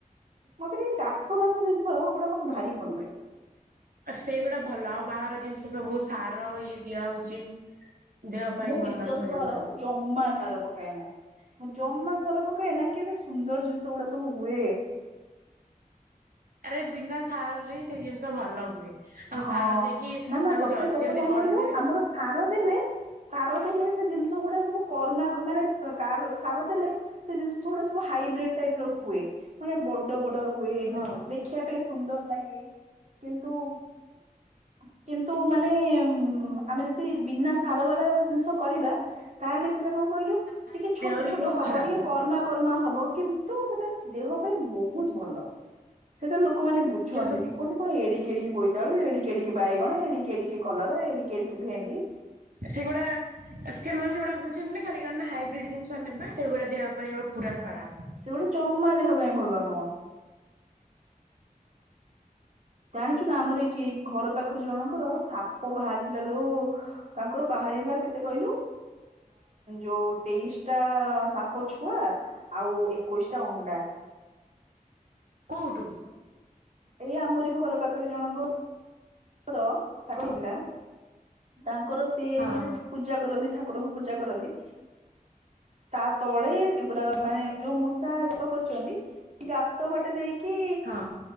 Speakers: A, on the right (about 55°); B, on the right (about 80°).
A: ମତେ ଟିକେ ଚାଷ ବାସ ଜିନିଷ ଏଗୁଡା ମତେ ଭାରି ଭଲ ଲାଗେ।
B: ଆ ସେଇଗୁଡା ଭଲ ଆଉ ବାହାର ଜିନିଷ ସବୁ ସାର ଇଏ ଦିଆ ହଉଛି। ଦେହ ପାଇଁ
A: ମୁଁ ବିଶ୍ଵାସ
B: ଭଲ ନୁହଁ
A: କର
B: ଜମା
A: ମୁଁ ଜମା ସାର ପକାଏନା। ମୁଁ ଜମା ସାର ପକାଏନା କେଡ଼େ ସୁନ୍ଦର ଜିନିଷ ଗୁଡା ସବୁ ହୁଏ। <inaudible>
B: ଆରେ ବିନା ସାରରେ ସେ ଜିନିଷ ଭଲ ହୁଏ। ଆଉ
A: ହଁ
B: ସାର ଦେଇକି
A: ନା ନା
B: ତାକୁ
A: ତତେ
B: ଜଲ୍ଦି
A: ତତେ
B: ଜଲ୍ଦି
A: କଣ
B: ବଢେଇଦେବେ
A: କହିଲୁ ଆମର ସାର ଦେଲେ ସାର ଦେଲେ ସେ ଜିନିଷ ଗୁଡ଼ା ସବୁ କର୍ମାକ ମାନେ ସାର ଦେଲେ ସେ ଜିନିଷ ଗୁଡ଼ା ସବୁ ହାଇବ୍ରିଡ ଟାଇ ର ହୁଏ ମାନେ ବଡ ବଡ ହୁଏ
B: ହଁ
A: ଦେଖିବା ପାଇଁ ସୁନ୍ଦର ଲାଗେ କିନ୍ତୁ <inaudible> କିନ୍ତୁ ମାନେ ନେ ଆମେ ଯଦି ବିନା ସାର ବାଲା ଜିନିଷ କରିବା ତାହେଲେ ସେ ଟା କଣ କହିଲୁ
B: ତାକୁ ଖାଇକି
A: ଟିକେ ଛୋଟ
B: ଦେହ ବି
A: ଛୋଟ
B: ବହୁତ
A: ହବ
B: ଖରାପ
A: ଟିକେ
B: ହୁଏ
A: କର୍ମା କର୍ମା ହବ। କିନ୍ତୁ ସେଟା ଦେହ ପାଇଁ ବହୁତ ଭଲ ସେଟା ଲୋ ଲୋକମାନେ ବୁଝନ୍ତିନି
B: କିନ୍ତୁ
A: କୁହନ୍ତି କଣ ଏଡିକି ଏଡିକି ବୋଇ ଵୋଇତାଳୁ ଏଡ଼ିକି ଏଡ଼ିକି ବାଇଗଣ ଏଡ଼ିକି ଏଡ଼ିକି କଲରା ଏଡ଼ିକି ଏଡ଼ିକି ଭେଣ୍ଡି
B: ସେଗୁଡ଼ା ସେମାନେ ସେ ଗୁଡ଼ା ଖାଲି ହାଇବ୍ରିଡ଼୍ ଜିନିଷ ନେବେ ସେଗୁଡ଼ା ଦେହ ପାଇଁ ପୁରା ଖରାପ
A: ସେ ଗୋଟେ ଜମା ଦେହ ପାଇଁ ଭଲ ନୁହଁ ଜାଣିଛୁ ନା ଆମର ଏଇଠି ଘର ପାଖରେ ଜଣଙ୍କର ସାପ ବାହାରିଲା ଲୋ ତାଙ୍କର ବାହା ବାହାରିଲା କେତେ କହିଲୁ ଯୋଉ ତେଇଶ ଟା ସାପ ଛୁଆ ଏକୋଇଶ୍ ଟା ଅଣ୍ଡା।
B: କୋଉଠୁ?
A: ଏଇ ଆମରି ଘର ପାଖରେ ଜଣଙ୍କ ର- ଥିଲା ତାଙ୍କର ସେ
B: ହଁ
A: ଯୋଉଠି ପୂଜା କରନ୍ତି ଠାକୁର ଠାକୁରଙ୍କୁ ପୂଜା କରନ୍ତି ତା ତଳେ ସେପୁରା ମାନେ ଯୋଉ ମୂଷା ଗାତ କରିଛନ୍ତି ସେ ଗାତ ବାଟେ ଦେଇକି କି
B: ହଁ।